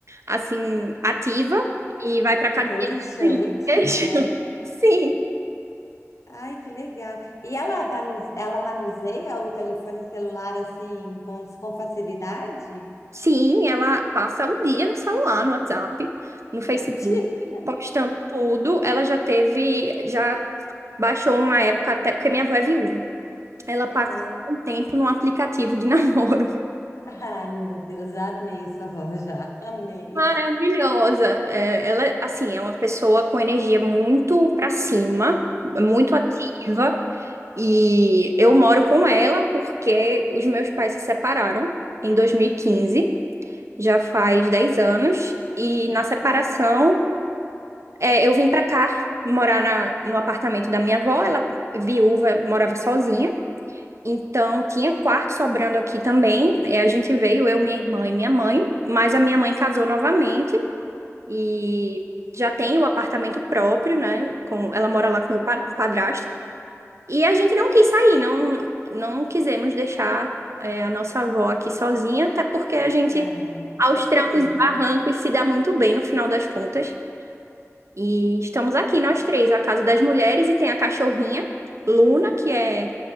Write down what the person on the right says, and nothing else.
assim, ativa e vai pra academia
todos os
dias. <laughs> Sim.
Sim, ela passa o dia no celular, no WhatsApp, no Facebook,
postando tudo. Ela já teve, já baixou uma época, até porque minha avó é viúva. Ela passa
um tempo num aplicativo de <laughs> namoro.
Maravilhosa. É, ela, assim, é uma pessoa com energia muito pra cima, muito
ativa. E eu moro com ela porque os meus pais se separaram em dois mil e quinze já faz 10 anos. E na separação. É, eu vim pra cá morar na, no apartamento da minha avó, ela viúva, morava sozinha. Então tinha quarto sobrando aqui também. É, a gente veio, eu, minha irmã e minha mãe, mas a minha mãe casou novamente e já tem o apartamento próprio, né? Com, ela mora lá com meu pa- padrasto. E a gente não quis sair, não, não quisemos deixar, é, a nossa avó aqui sozinha, até porque a gente,
aos
trancos e barrancos, se dá muito bem no final das contas. E estamos aqui, nós três, a Casa das Mulheres, e tem a cachorrinha, Luna, que é